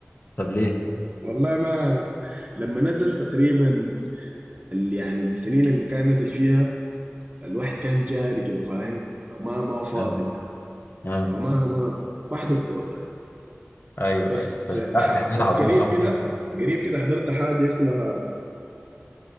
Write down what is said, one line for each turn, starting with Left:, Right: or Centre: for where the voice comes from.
Left: طب ليه
Right: والله ما عارف لما نزل تقريبا ال- يعني السنين اللي كان نزل فيها الواحد كان جاري كده فاهم ما ما فاضي
Left: اه
Right: يعني
Left: اه
Right: فما ما ما حضرته والله
Left: ايوه
Right: بس
Left: ايوه بس لا
Right: ح
Left: دي حاجات
Right: بس
Left: عظيمه
Right: قريب
Left: قوي
Right: كده
Left: يعني
Right: قريب كده حضرت حاجه اسمها